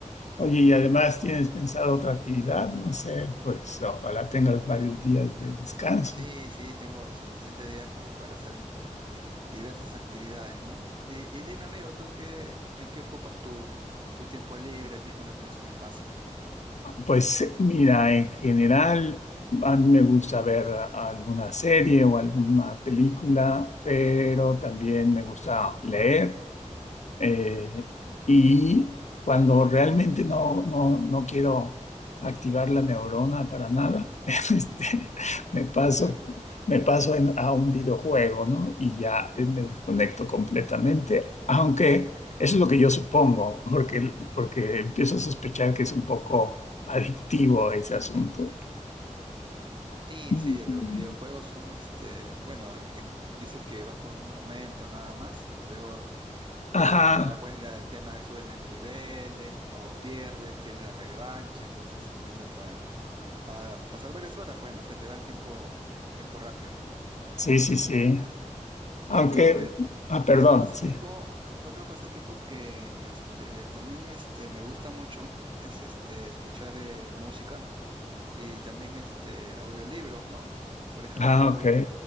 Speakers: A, on the left; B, on the right.
A: Oye, y además tienes pensado otra actividad, no sé, pues ojalá tengas varios días de descanso.
B: Sí, sí, tengo suficientes días como para hacer diversas actividades, ¿no? Y, y dime, amigo, ¿tú qué, en qué ocupas tu, tu tiempo libre así cuando tienes un espacio?
A: Pues eh, mira, en general, a mí me gusta ver a- alguna serie o alguna película, pero también me gusta leer. Eh, y cuando realmente no, no, no quiero activar la neurona para nada, <laughs> este,
B: <laughs>
A: me paso,
B: Claro.
A: me paso en- a un videojuego, ¿no? Y ya eh, me desconecto completamente, aunque eso es lo que yo supongo, porque, porque empiezo a sospechar que es un poco adictivo ese asunto.
B: Sí,
A: Sí,
B: sí,
A: Mm. sí.
B: los videojuegos son, este, bueno, y- dices que vas por un momento nada más y luego eh,
A: Ajá,
B: te da pues la- el tema de subes de niveles o pierdes, quieres la revancha, entonces comienzas a, a pasar varias horas, pues, ¿no? Se te va el tiempo, tiempo rápido
A: sí,
B: en
A: sí,
B: ese
A: sí.
B: aspecto. Y
A: Aunque,
B: otro, eh,
A: ah, perdón,
B: Otro pasatiempo,
A: sí.
B: otro pasatiempo que este, también este, me gusta mucho es este, escuchar eh, música y también este, audiolibros, ¿no? Por ejemplo,
A: Ah, ok.